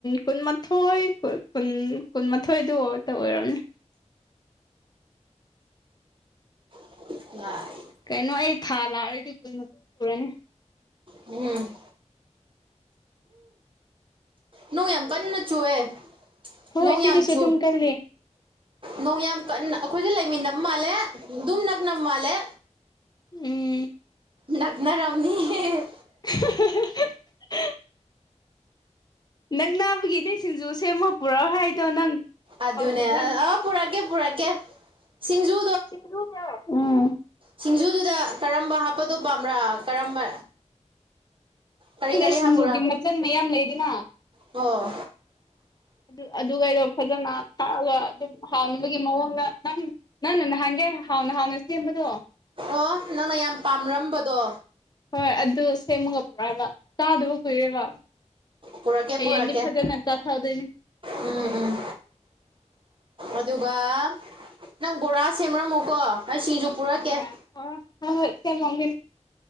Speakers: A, on the left; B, on the right.
A: ꯀꯨꯟꯃꯥꯊꯣꯏ ꯀꯨꯟ ꯀꯨꯟꯃꯥꯊꯣꯏꯗꯨ ꯑꯣꯏꯔꯝꯅꯤ
B: <inaudible>
A: ꯀꯩꯅꯣ ꯑꯩ ꯊꯥ ꯂꯥꯛꯑꯗꯤ ꯀꯨꯏꯅ <unintelligible>
B: ꯎꯝ ꯅꯣꯡ ꯌꯥꯝ ꯀꯟꯅ ꯆꯨꯑꯦ
A: ꯍꯣꯏ
B: ꯅꯣꯡ
A: ꯁꯤꯗꯁꯨ
B: ꯌꯥꯝ ꯆꯨ
A: ꯑꯗꯨꯝ ꯀꯜꯂꯤ
B: ꯅꯣꯡ ꯌꯥꯝ ꯀꯟꯅ ꯑꯩꯈꯣꯏꯒꯥ ꯂꯩꯃꯤꯟꯅꯕ ꯃꯥꯜꯂꯦ ꯑꯗꯨꯝ ꯅꯛꯅꯕ ꯃꯥꯜꯂꯦ
A: ꯎꯝ
B: ꯅꯛꯅꯔꯝꯅꯤꯍꯦ
A: <inaudible> ꯅꯛꯅꯕꯒꯤꯅꯤ ꯁꯤꯡꯖꯨ ꯁꯦꯝꯃꯣ ꯄꯨꯔꯛꯑꯣ ꯍꯥꯏꯗꯣ ꯅꯪ
B: ꯑꯗꯨꯅꯦ
A: ꯀꯥꯎꯈ꯭ꯔꯕ꯭ꯔꯅꯦ
B: ꯑꯥ ꯄꯨꯔꯛꯀꯦ ꯄꯨꯔꯛꯀꯦ ꯁꯤꯡꯖꯨ
A: <unintelligible> ꯎꯝ
B: ꯁꯤꯡꯖꯨꯗꯨꯗ ꯀꯔꯝꯕ ꯍꯥꯞꯄꯗꯣ ꯄꯥꯝꯕ꯭ꯔꯥ ꯀꯔꯝꯕ ꯀꯔꯤ
A: ꯈꯪꯗꯦ
B: ꯀꯔꯤ ꯍꯥꯞꯄꯨꯔꯥ
A: ꯁꯤꯡꯖꯨꯒꯤ ꯃꯆꯜ ꯃꯌꯥꯝ ꯂꯩꯗꯅ
B: ꯑꯣ
A: ꯑꯗꯨ ꯑꯗꯨꯒꯩꯗꯣ ꯐꯖꯅ ꯊꯥꯛꯑꯒ ꯑꯗꯨꯝ ꯍꯥꯎꯅꯕꯒꯤ ꯃꯑꯣꯡꯗ ꯅꯪ ꯅꯪꯅꯥ ꯅꯍꯥꯟꯒꯩ ꯍꯥꯎꯅ ꯍꯥꯎꯅ ꯁꯦꯝꯕꯗꯣ
B: ꯑꯣ ꯅꯪꯅꯥ ꯌꯥꯝ ꯄꯥꯝꯔꯝꯕꯗꯣ
A: ꯍꯣꯏ ꯑꯗꯨ ꯁꯦꯝꯃꯒ ꯄꯨꯔꯛꯑꯒ ꯆꯥꯗꯕ ꯀꯨꯏꯔꯦꯕ
B: ꯄꯨꯔꯛꯀꯦ
A: ꯍꯌꯦꯡꯗꯤ
B: ꯄꯨꯔꯛꯀꯦ
A: ꯐꯖꯅ ꯆꯥꯊꯗꯣꯏꯅꯤ
B: ꯎꯝ ꯎꯝ ꯑꯗꯨꯒ ꯅꯪ ꯕꯣꯔꯥ ꯁꯦꯝꯔꯝꯃꯣꯀꯣ ꯑꯩ ꯁꯤꯡꯖꯨ ꯄꯨꯔꯛꯀꯦ
A: ꯕꯣꯔꯥ ꯑꯣ ꯍꯣꯏ ꯍꯣꯏ ꯁꯦꯝꯂꯝꯒꯦ